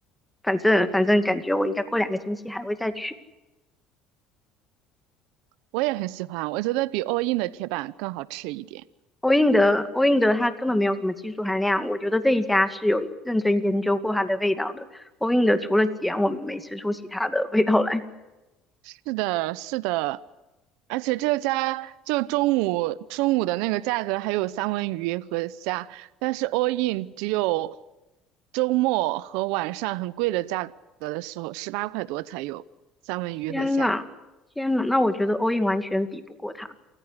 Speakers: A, in the centre; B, on the right.
A: 反正反正感觉我应该过两个星期还会再去。
B: 我也很喜欢，我觉得比 All In 的铁板更好吃一点。
A: 欧印德，欧印的它根本没有什么技术含量，我觉得这一家是有认真研究过它的味道的。欧印的除了咸，我没吃出其他的味道来。
B: 是的，是的，而且这家就中午中午的那个价格还有三文鱼和虾，但是 all in 只有周末和晚上很贵的价格的时候，十八块多才有三文鱼和虾。
A: <laughs> 天呐，天呐，那我觉得欧印完全比不过它，